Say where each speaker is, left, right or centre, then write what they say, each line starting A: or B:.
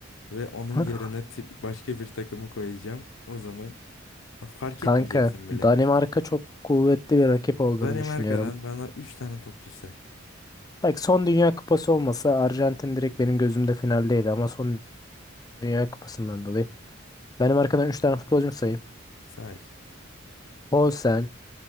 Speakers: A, on the left (about 75°); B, on the left (about 20°).
A: Ve onun
B: <laughs>
A: yerine Tür- başka bir takımı koyacağım. O zaman fark
B: Kanka
A: etmeyeceksin bile.
B: Danimarka çok kuvvetli bir rakip olduğunu
A: Danimarka'dan
B: düşünüyorum.
A: bana 3 tane topçu say.
B: Bak son Dünya Kupası olmasa Arjantin direkt benim gözümde finaldeydi ama son Dünya Kupası'ndan dolayı. Danimarka'dan 3 tane futbolcum sayayım.
A: Say.
B: Poulsen,